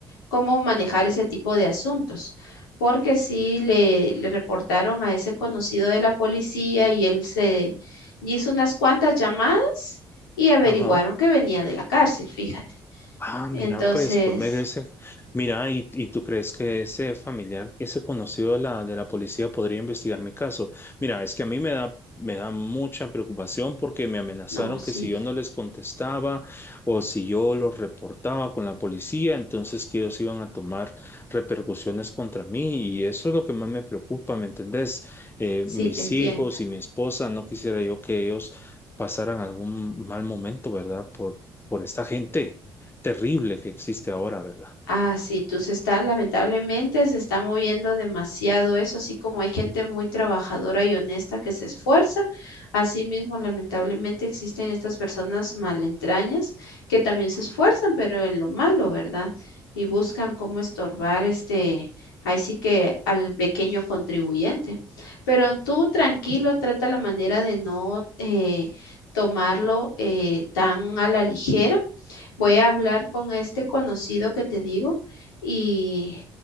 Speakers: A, on the left; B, on the left.
A: cómo manejar ese tipo de asuntos, porque sí le, le reportaron a ese conocido de la policía y él se hizo unas cuantas llamadas y averiguaron
B: Ajá.
A: que venía de la cárcel, fíjate.
B: Ah, mira,
A: Entonces,
B: pues por medio de ese, mira, y, y tú crees que ese familiar, ese conocido de la, de la policía podría investigar mi caso. Mira, es que a mí me da, me da mucha preocupación porque me amenazaron
A: no, sí,
B: que si yo no les contestaba o si yo los reportaba con la policía, entonces que ellos iban a tomar repercusiones contra mí y eso es lo que más me preocupa, ¿me entendés? Eh,
A: sí,
B: mis
A: te entiendo.
B: hijos y mi esposa, no quisiera yo que ellos pasaran algún mal momento, ¿verdad? Por, por esta gente terrible que existe ahora, ¿verdad?
A: Ah, sí, tú se está, lamentablemente se está moviendo demasiado eso, así como hay gente muy trabajadora y honesta que se esfuerza, asimismo lamentablemente existen estas personas malentrañas que también se esfuerzan, pero en lo malo, ¿verdad? Y buscan cómo estorbar este, ahí sí que al pequeño contribuyente. Pero tú tranquilo, trata la manera de no eh, tomarlo eh, tan a la ligera Voy a hablar con este conocido que te digo y,